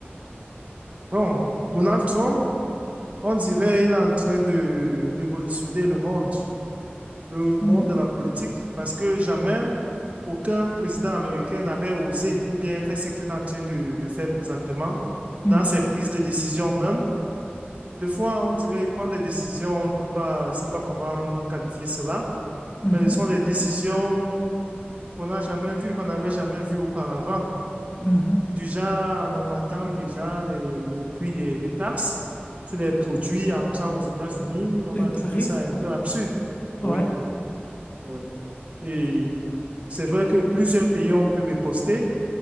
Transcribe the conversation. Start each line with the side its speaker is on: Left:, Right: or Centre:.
Right: Bon, Donald Trump, on dirait il est en train de révolutionner le monde, le monde
Left: Mhm,
Right: de la politique, parce que jamais aucun président américain n'avait osé ou bien fait ce qu'il est en train de, de faire présentement
Left: mhm,
Right: dans ses prises de décision même. Des fois, on dirait qu'il prend des décisions, on ne peut pas, je ne sais pas comment qualifier cela,
Left: mhm,
Right: mais ce sont des décisions qu'on n'a jamais vues, qu'on n'avait jamais vues auparavant.
Left: mhm.
Right: Déjà, en augmentant déjà les- le prix des, des taxes sur les produits entrant aux États-Unis, on
Left: Les
Right: a
Left: tarifs,
Right: trouvé ça un
Left: ouais.
Right: peu absurde.
Left: ouais,
Right: Oui, oui. Et c'est vrai que plusieurs pays ont pu riposter,